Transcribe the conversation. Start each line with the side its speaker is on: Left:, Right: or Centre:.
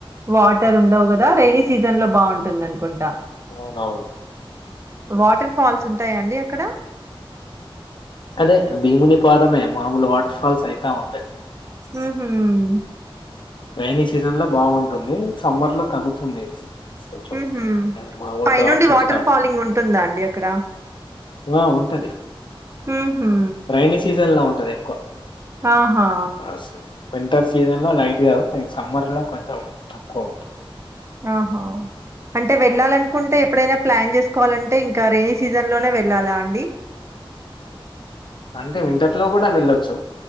Right: వాటర్ ఉండవు కదా రెయినీ సీజన్ లో బాగుంటుందనుకుంటా
Left: అవునవును.
Right: వాటర్ ఫాల్స్ ఉంటాయా అండి అక్కడ
Left: అదే భీముని పాదమే మామూలు వాటర్ ఫాల్స్ అయితా ఉంటాయి
Right: ఉహుం
Left: రెయినీ సీజన్ లో బాగుంటుంది సమ్మర్ లో తగ్గుతుంది కొంచెం
Right: ఉహూ
Left: ఆ, మామూలు
Right: పైనుండి
Left: డ్రాప్స్
Right: వాటర్
Left: వస్తా ఉంటాయి.
Right: ఫాలింగ్ ఉంటుందా అండి అక్కడ
Left: ఆ ఉంటది
Right: ఉహూ
Left: రైైనీ సీజన్‌లో ఉంటది ఎక్కువ
Right: ఆహా
Left: అస్ వింటర్ సీజన్ల లైట్గా అండ్ సమ్మర్ కూడా కొంచెం తక్కువ అవుతుంది
Right: ఆహా అంటే వెళ్ళాలనుకుంటే ఎప్పుడైనా ప్లాన్ చేసుకోవాలంటే ఇంకా రెయినీ సీజన్ లోనే వెళ్ళాలా అండి
Left: అంటే వింటర్ లో కూడా వెళ్ళొచ్చు